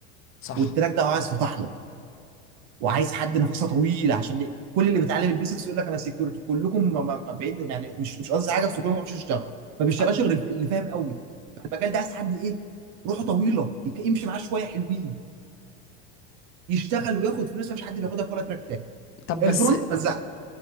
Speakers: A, on the left (about 40°); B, on the right (about 55°).
A: صح
B: والتراك ده عايز فتح له وعايز حد نفسه طويل عشان ي- كل اللي بيتعلم البيزكس يقول لك انا سكيورتي كلكم ما, ما, ما بعيد يعني مش مش قصدي حاجه بس كلكم ما بيعرفش يشتغل ما بيشتغلش
A: عن-
B: غير اللي فاهم قوي فالمجال ده عايز حد ايه؟ روحه طويله يك- يمشي معاه شويه حلوين يشتغل وياخد فلوس مفيش حد بياخدها في ولا تراك تاني
A: طب
B: الفرونت
A: بس
B: مزعت